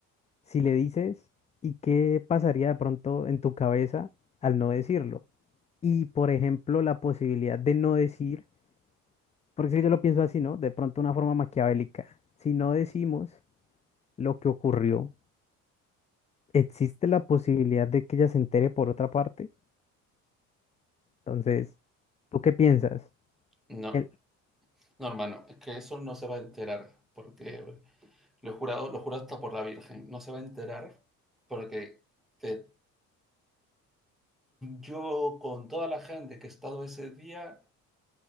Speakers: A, on the left; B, in the centre.
A: si le dices y qué pasaría de pronto en tu cabeza al no decirlo. Y por ejemplo, la posibilidad de no decir, porque es que yo lo pienso así, ¿no? De pronto una forma maquiavélica. Si no decimos lo que ocurrió, existe la posibilidad de que ella se entere por otra parte. Entonces, ¿tú qué piensas?
B: no,
A: El,
B: no, hermano, es que eso no se va a enterar, porque lo he jurado, lo juro hasta por la Virgen, no se va a enterar, porque te- yo con toda la gente que he estado ese día